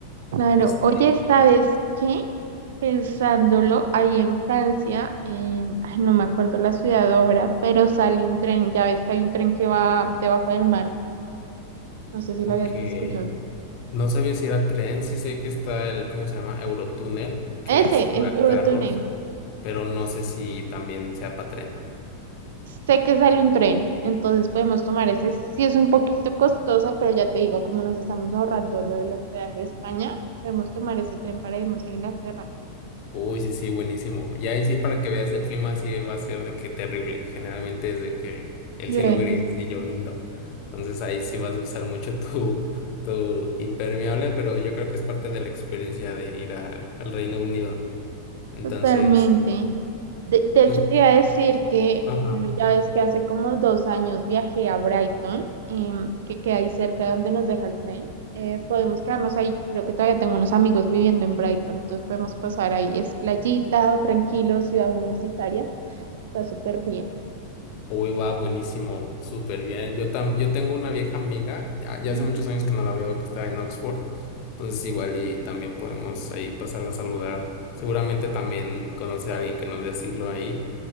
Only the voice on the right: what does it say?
Claro,
oye, ¿sabes qué? Pensándolo, ahí en Francia, en- ay, no me acuerdo la ciudad ahora, pero sale un tren, ya ves que hay un tren que va debajo del mar, no sé si lo
habías escuchado.
Ese,
el Eurotúnel.
Sé que sale un tren, entonces podemos tomar ese. Sí es un poquito costoso, pero ya te digo, como nos estamos ahorrando lo del hospedaje de España, podemos tomar ese tren para irnos a Inglaterra.
Llueve
Totalmente. De, de
hecho, te iba a decir que,
bueno, ya ves que hace como dos años viajé a Brighton, em, que queda ahí cerca de donde nos deja el tren. Eh, podemos quedarnos ahí. Creo que todavía tengo unos amigos viviendo en Brighton, entonces podemos pasar ahí. Es playita, tranquilo, ciudad universitaria. Está súper bien.
Ujú.